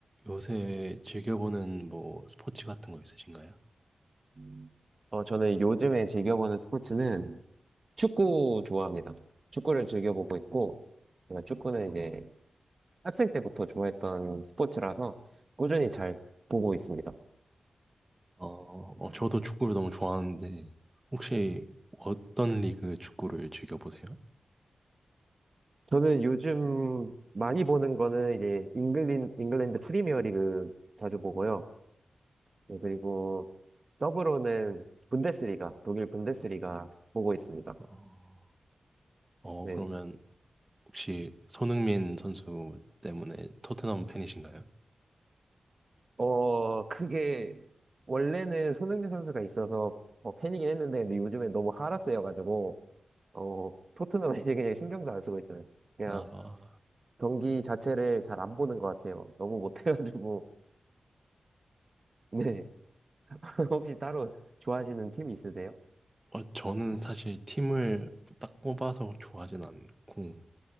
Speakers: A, on the right (about 20°); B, on the right (about 40°).
A: 요새 즐겨보는 뭐 스포츠 같은 거 있으신가요?
B: 음. 어, 저는 요즘에 즐겨보는 스포츠는 축구 좋아합니다. 축구를 즐겨보고 있고, 제가 축구는 이제 학생 때부터 좋아했던 스포츠라서 꾸준히 잘 보고 있습니다.
A: 어, 어, 저도 축구를 너무 좋아하는데 혹시 어떤 리그 축구를 즐겨보세요?
B: 저는 요즘 많이 보는 거는 이제 잉글린, 잉글랜드 프리미어 리그 자주 보고요. 네, 그리고 더불어는 분데스리가, 독일 분데스리가 보고 있습니다.
A: 어, 어,
B: 네,
A: 그러면 혹시 손흥민 선수 때문에 토트넘 팬이신가요?
B: 어, 그게 원래는 손흥민 선수가 있어서 어, 팬이긴 했는데 근데 요즘에 너무 하락세여가지고 어, 토트넘 이제 그냥 신경도 안 쓰고 있어요. 그냥
A: 나,
B: 경기 자체를 잘 안 보는 것 같아요. 너무 못해가지고 네. <laughs> 혹시 따로 좋아하시는 팀 있으세요?
A: 어, 저는 사실 팀을 딱 뽑아서 좋아하진 않고